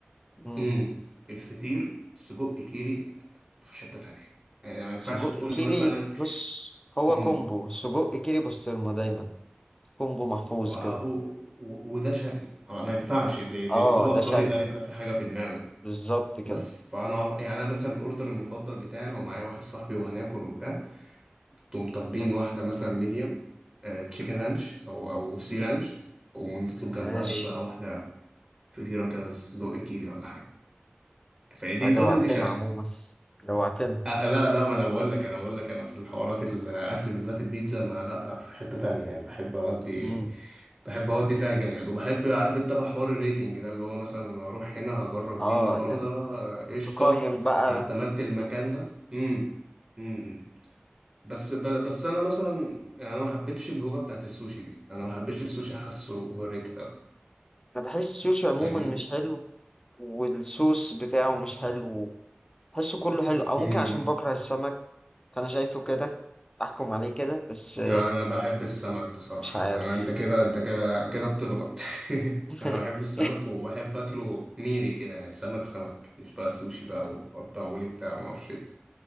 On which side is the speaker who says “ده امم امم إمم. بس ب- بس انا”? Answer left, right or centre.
Right